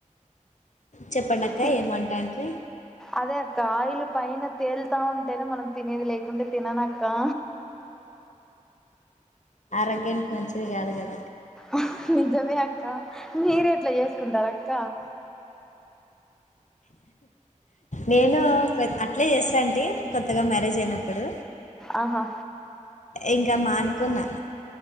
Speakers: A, on the left (about 65°); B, in the centre.
A: చెప్పండి అక్క
B: థి
A: ఏమంటాండ్రి
B: అదే అక్కా ఆయిలు పైన తేలుతా ఉంటేనే మనం తినేది లేకుంటే తిననక్కా
A: ఆరోగ్యానికి మంచిది గాదు గద
B: అహ్ నిజమే అక్క మీరెట్ల ఏసుకుంటారక్క
A: నేనూ కొ అట్లే ఏస్సంటీ కొత్తగా మ్యారేజ్ అయినప్పుడు
B: ఆహా
A: ఇంక మానుకున్న